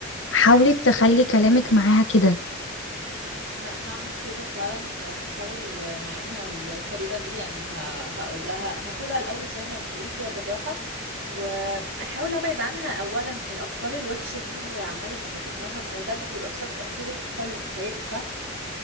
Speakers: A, on the left; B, on the right.
A: حاولي تخلي كلامك معاها كده
B: لا هعمل كده فعلا هحاول معاها الطريقة دي يعني ه... هقول لها هاخدها الأول زي ما بتقولي كده بالراحة وأحاول أبعد عنها أولا الأفكار الوحشة دي اللي عمالة تيجي في دماغها ما هو ده بيبقى بسبب تأثير الكحول متهيألي صح؟